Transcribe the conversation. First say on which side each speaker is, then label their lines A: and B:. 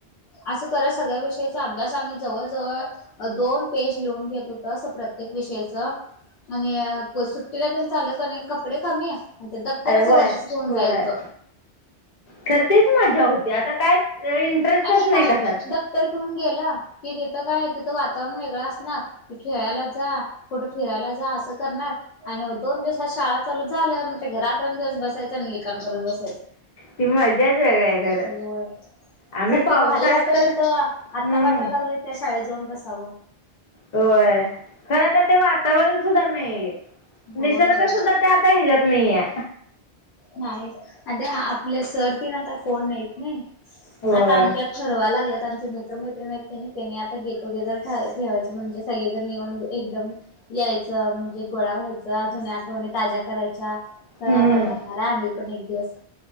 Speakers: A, on the left; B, on the left.
A: असं करत सगळ्या विषयचा अभ्यास आम्ही जवळजवळ दोन पेज लिहून घेत होत. अस प्रत्येक विषयच आणि बसू सुट्टीला तेन चालल कणी कपडे कमी आणि दप्तरच
B: अरे व्हय
A: वज्जच घेऊन
B: व्हय.
A: जायचं.
B: खर तीच मजा होती आता काय इंटरेस्टच
A: आणि
B: नाही
A: काय
B: कशात.
A: दप्त दप्तर घेऊन गेलं कि तिथं काय? तिथं वातावरण वेगळं असणार. की खेळायला जा कुठ फिरायला जा असं करणार. आणि दोन दिवसात शाळा चालू झालं म्हणटल की रात्रण दिवस बसायच. तर लिखाण करत बसायचं.
B: ती मजाच वेगळी आहे खरं
A: होय
B: आम्ही
A: खर
B: पावसात
A: ते भारी वाटत
B: तर
A: होत.
B: हम्म
A: आता वाटाय लागलंय त्या शाळेत जाऊन बसावं.
B: होय खरं आता ते वातावरण सुद्धा नाहीय
A: होय
B: निसर्ग
A: होय
B: सुद्धा ते आता हेज्यात नाहीय
A: नाही आणि ते आपल सर तेन आता कोण नाहीत नाई
B: होय
A: आता आमच्यात ठरवाय लागल्यात आमचे मित्रमैत्रीणी हायत कणी त्यांनी आता गेट टू गेदर त ठेवायच म्हणजे सगळीजण येऊन एकदम यायचं म्हणजे गोळा व्हायचं. जुन्या आठवणी ताज्या करायच्या. सगळं
B: हम्म
A: आता करणार आहे आम्ही तु पण एक दिवस